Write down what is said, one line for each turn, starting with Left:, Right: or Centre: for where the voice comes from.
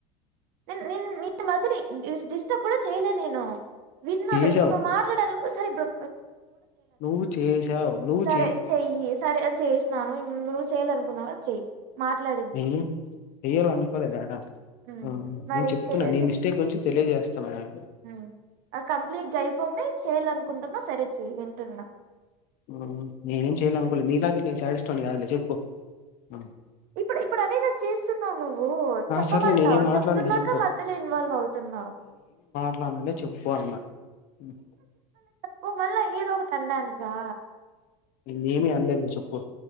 Right: నిన్ నిన్ మద్యలో డిస్టర్బ్ గుడా చేయలే నేను విన్నాను
Left: చేసావు
Right: ఇప్పుడు నువ్వు మాట్లాడాలనుకో సరే బ్రో
Left: నువ్వు చేసావు నువ్
Right: సరే చెయ్యి సరే చేసినాను నువ్వు చేయలె అనుకున్నావ్గా చేయి మాట్లాదిందా
Left: నేను చెయ్యాలనుకోలేదాడా
Right: హ్
Left: ఆ!
Right: మరి
Left: నేను చెప్తున్నా
Right: చేయ
Left: నీ మిస్టేక్ గురించి తెలియజేస్తున్నా నేను.
Right: హ్ కంప్లీట్గా అయిపోని చేయాలనుకుంటున్న సరే చెయ్ వింటున్నా
Left: హ్మ్. నేనేం చేయలె అనుకోలె నీ లాగా నేన్ శాడిస్ట్ కాదులే చెప్పు ఆ
Right: ఇప్పుడ్ ఇప్పుడదే కదా చేస్తున్నావు నువ్వు
Left: ఆ!
Right: చెప్పమంటావు
Left: సర్లే నేనేం మాట్లాడలే
Right: చెప్తున్నాక
Left: చెప్పు
Right: మధ్యలో ఇన్వాల్వ్ అవుతున్నావ్.
Left: అట్ల అన్లే చెప్పుకో అన్నా హ్మ్.
Right: ఊ మళ్ళ ఏదో ఒకట్టండానికా
Left: నిన్నేమి అన్లేదు చెప్పు